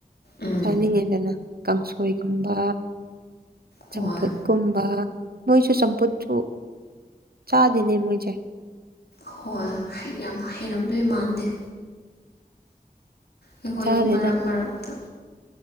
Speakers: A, on the left (about 80°); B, on the right (about 70°).
A: ꯎꯝ
B: ꯆꯥꯅꯤꯡꯉꯤꯗꯅ ꯀꯥꯡꯁꯣꯏꯒꯨꯝꯕ
A: ꯍꯣꯏ
B: ꯆꯝꯐꯨꯠ ꯀꯨꯝꯕ ꯃꯣꯏꯁꯨ ꯆꯝꯐꯨꯠꯁꯨ ꯆꯥꯗꯦꯅꯦ ꯃꯣꯏꯁꯦ
A: ꯍꯣꯏ ꯍꯩ ꯌꯥꯝ ꯍꯩꯔꯝꯗꯣꯏ ꯃꯥꯟꯗꯦ <unintelligible> ꯑꯩꯈꯣꯏꯗꯤ
B: ꯆꯥꯗꯦꯗ
A: ꯃꯔꯛ ꯃꯔꯛꯇ